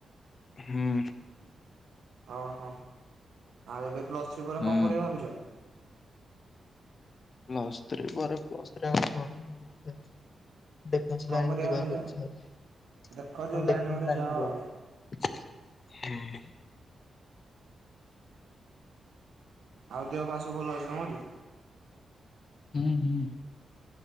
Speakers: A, on the left (about 40°); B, on the right (about 75°).
A: ହୁଁ।
B: ଅହ, ଆଉ ଏବେ ପ୍ଲସ୍‌ଥ୍ରୀ ପରେ
A: ହୁଁ।
B: ଙ୍କ କରିବ ଭାବିଚ?
A: <unintelligible> <unintelligible>
B: କଣ କରିବ ଭାବିଛ? ଦେଖ ଯୋଉ ଲାଇନରେ ଗୋଟେ ଯାଅ ଆଉ
A: ହୁଁ <inaudible>
B: ଆଉ ଦେହ ପା ସବୁ ଭଲ ଅଛି ତମଟି?
A: ହୁଁ ହୁଁ।